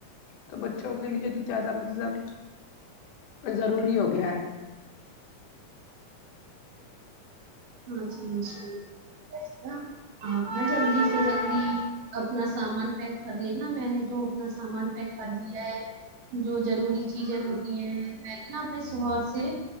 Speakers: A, on the left; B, on the right.
A: تو بچوں کے لیے تو زیادہ مطلب ضروری ہو گیا ہے
B: ہاں جی جی آپ نا جلدی سے جلدی اپنا سامان پیک کر لے نا میں نے تو اپنا سامان پیک کر لیا ہے جو ضروری چیزیں ہوتی ہیں ویسے نا اپنے شوہر سے